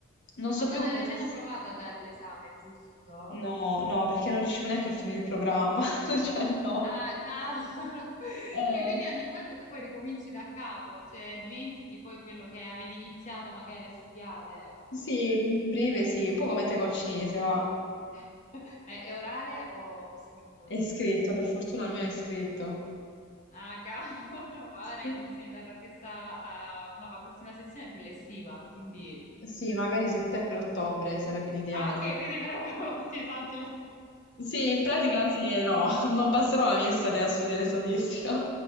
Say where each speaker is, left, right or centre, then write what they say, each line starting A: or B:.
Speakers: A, on the left; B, on the left.
A: non so
B: Ma non
A: più come
B: hai nemmeno
A: gestire.
B: provato a dare l'esame, giusto?
A: No, no, perché non riuscivo neanche a finire il programma. <laughs> Cioè, no.
B: Ah, cavolo! <laughs>
A: Eh,
B: Sì, Quindi ogni volta tu poi ricominci da capo, cioè dimentichi poi quello che avevi iniziato magari a studiare.
A: sì, in breve sì, un po' come te col cinese, va.
B: <laughs> Ma è orale o, o scritto?
A: È scritto, per fortuna almeno è scritto.
B: Ah, cavolo, <laughs> ma
A: Sì,
B: ora ho intenzione di darla questa, eh, no, la prossima sessione è quella estiva, quindi...
A: Sì, magari settembre-ottobre sarebbe l'ideale.
B: Ah, ok, quindi proprio <laughs> sì, saltila.
A: Sì, in pratica sì e no, <laughs> non passerò la mia estate a studiare statistica.